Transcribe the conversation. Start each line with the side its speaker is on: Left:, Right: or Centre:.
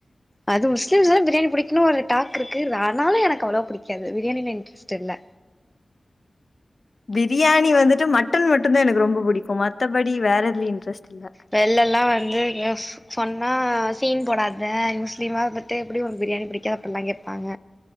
Centre: அது முஸ்லிம்ஸ்லா பிரியாணி பிடிக்குனு ஒரு டாக்கிருக்கு ஆனாலு எனக்கு அவ்ளவா புடிக்காது பிரியாணி இன்ட் ஸ்டெல்ல
Left: பிரியாணி வந்துட்டு மட்டன் மட்டுந்தா எனக்கு ரொம்ப புடிக்கு மத்தபடி வேற எதுலயு இன்ட்ரஸ்ட் இல்ல
Centre: வெள்லல்லா வந்து எங்கயு சொன்னா சீன் போடாத முஸ்லீமா இருந்துட் டு எப்டி உனக்கு பிரியாணி புடிக்காது அப்டிலா கேப்பாங்க